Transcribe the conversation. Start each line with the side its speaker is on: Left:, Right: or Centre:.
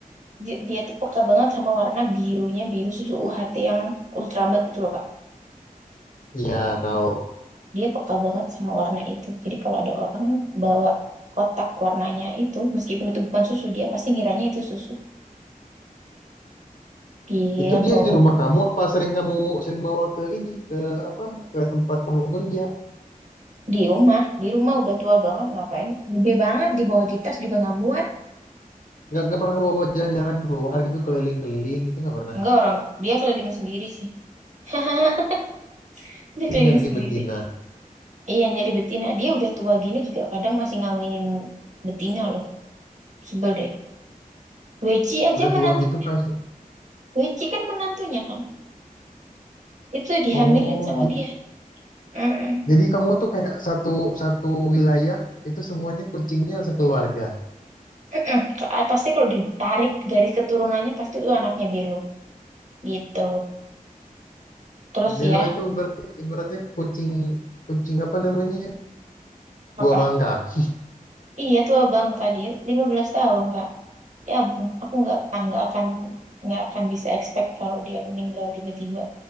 Right: dia, dia tuh peka banget sama warna birunya biru susu UHT yang ultra milk itu loh kak
Left: Iya tahu.
Right: dia peka banget sama warna itu jadi kalau ada orang bawa kotak warnanya itu meskipun itu bukan susu dia pasti ngiranya itu susu Dia
Left: Itu
Right: atau
Left: dia di rumah kamu apa sering kamu sering bawa ke ini ke apa ke tempat kamu kerja?
Right: di rumah di rumah udah tua banget ngapain gede banget dibawa di tas juga nggak muat
Left: Nggak nggak pernah kamu bawa jalan-jalan keluar gitu keliling-keliling gitu nggak pernah.
Right: Enggak orang dia keliling sendiri sih. <laughs> Dia
Left: Dia
Right: keliling
Left: nyari
Right: sendiri.
Left: betina.
Right: Iya nyari betina. Dia udah tua gini juga kadang masih ngawinin betina loh. Sebel deh. Weci aja
Left: Udah
Right: menantunya.
Left: tua gitu kayak
Right: Weci kan menantunya kan. Itu dihamilin
Left: oh
Right: sama
Left: j-
Right: dia. Mm-mm.
Left: jadi kamu tuh kayak satu satu wilayah itu semuanya kucingnya sekeluarga.
Right: Mm-mm. Ka- Pasti kalau ditarik garis keturunannya pasti itu anaknya Belo. Gitu. Terus
Left: Belo
Right: ya
Left: itu berarti ibaratnya kucing kucing apa namanya?
Right: apa?
Left: Dua bangka.
Right: Iya tua bang Kadir 15 tahun Kak. Ya ampun, aku nggak ah, nggak akan nggak akan bisa expect kalau dia meninggal tiba-tiba.